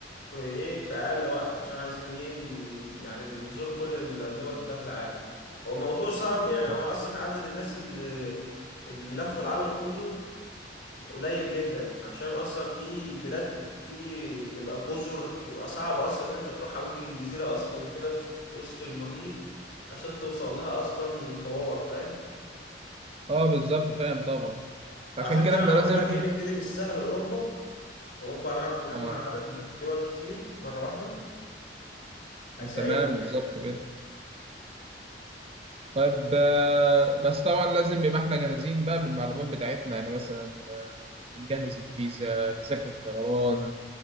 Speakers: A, on the left; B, on the right.
A: في ايه في اقل وقت عشان عايزين ايه ن- يعني نزور كل الدول بتاعت العالم هو موضوع صعب
B: بالظبط
A: يعني هو اصلا عدد الناس اللي اللي لفوا العالم كله قليل جدا عشان اصلا في بلاد دي بيبقى جزر بيبقى صعب اصلا ان انت تروحها ممكن جزيرة اصلا كده في وسط المحيط عشان توصل لها اصلا حوار فاهم
B: اه بالظبط فاهم طبعا
A: فعشان
B: عشان كده
A: كده
B: احنا
A: انا قلت
B: لازم
A: لك ايه نبتدي بالسهل اوروبا اوروبا هنعرف نجمع
B: اه
A: عدد دول كتير مره واحده هيساعدنا
B: تمام بالظبط
A: جامد ده
B: كده طيب آه، بس طبعا لازم يبقى احنا جاهزين بقى بالمعلومات بتاعتنا يعني مثلا آه، نجهز الفيزا تذاكر الطيران